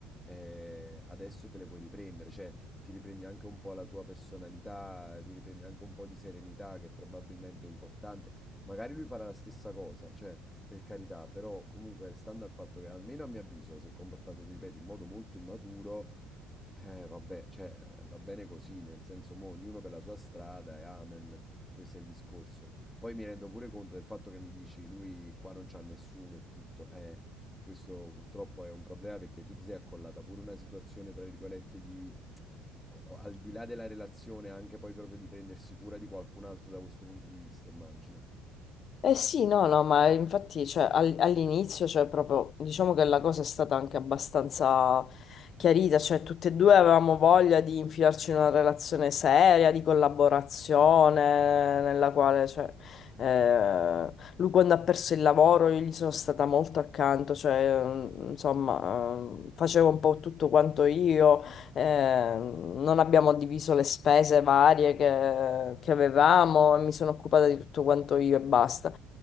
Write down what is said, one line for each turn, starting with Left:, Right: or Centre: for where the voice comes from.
Centre: eh, adesso te le puoi riprendere, cioè ti riprendi anche un po' la tua personalità, ti riprendi anche un po' di serenità che probabilmente è importante. Magari lui farà la stessa cosa, cioè per carità, però comunque stando al fatto che almeno a mio avviso si è comportato, ti ripeto, in modo molto immaturo, eh, vabbè, cioè, eh, va bene così, nel senso, mo, ognuno per la sua strada e amen, questo è il discorso. Poi mi rendo pure conto del fatto che mi dici, lui qua non c'ha nessuno e tutto, eh, questo purtroppo è un problema perché tu ti sei accollata pure una situazione, tra virgolette, di... o- o al di là della relazione, anche poi proprio di prendersi cura di qualcun altro da questo punto di vista, immagino.
Left: Eh sì, no, no, ma infatti cioè, all- all'inizio cioè, proprio, diciamo che la cosa è stata anche abbastanza chiarita, cioè tutte e due avevamo voglia di infilarci in una relazione seria, di collaborazione, nella quale cioè, eh, lui quando ha perso il lavoro io gli sono stata molto accanto, cioè, mm, insomma, ehm, facevo un po' tutto quanto io, eh, non abbiamo diviso le spese varie che, che avevamo e mi sono occupata di tutto quanto io e basta.